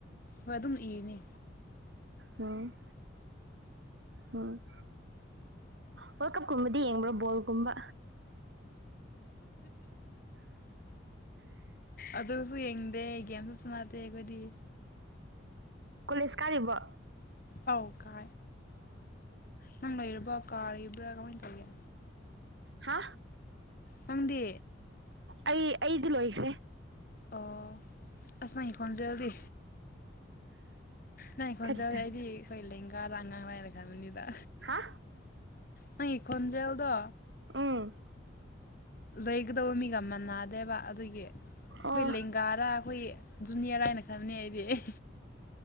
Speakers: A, on the left; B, on the right.
A: ꯍꯣꯏ ꯑꯗꯨꯝ ꯏꯅꯤ
B: ꯎꯝ ꯍꯝ ꯋꯥꯔꯜ ꯀꯞꯀꯨꯝꯕꯗꯤ ꯌꯦꯡꯕ꯭ꯔꯣ ꯕꯣꯜꯒꯨꯝꯕ
A: ꯑꯗꯨꯁꯨ ꯍꯦ ꯨ ꯌꯦꯡꯗꯦ ꯒꯦꯝꯁꯨ ꯁꯅꯥꯗꯦ ꯑꯩꯈꯣꯏꯗꯤ
B: ꯄꯨꯁꯀꯥ ꯏꯔꯤꯕ
A: ꯑꯣ ꯀ ꯅ ꯑꯦꯕ ꯀ ꯄꯨꯔꯥ ꯀꯃꯅ ꯆ
B: ꯍꯥ
A: ꯃꯪꯗꯤ
B: ꯑꯩ ꯑꯩꯗꯤ ꯂꯣꯏꯁꯦ
A: ꯑꯣ ꯑꯁꯥꯏ ꯐꯣꯟꯖꯦꯜꯗꯤ ꯅꯪ ꯈꯣꯟꯖꯗꯦ
B: ꯀꯔꯤ
A: ꯑꯩꯗꯤ ꯑꯩꯈꯣꯏ ꯂꯦꯡꯒꯥ ꯂꯥꯡꯉꯥꯡ ꯂ ꯗ
B: ꯍꯥ
A: ꯃꯥ ꯈꯣꯟꯖꯦꯜꯗ
B: ꯎꯝ
A: ꯂꯩꯒꯗꯧꯕ ꯃꯤꯒ ꯃꯥꯟꯅꯗꯦꯕ ꯑꯗꯨꯒꯤ ꯑꯩꯈꯣꯏ
B: ꯑꯣ
A: ꯂꯦꯡꯒꯥꯔ ꯑꯩꯈꯣꯏ ꯖꯅꯤꯌꯥꯔ ꯍꯥꯏꯅ ꯈꯪꯅꯤ ꯍꯥꯏꯗꯤ ꯑꯦ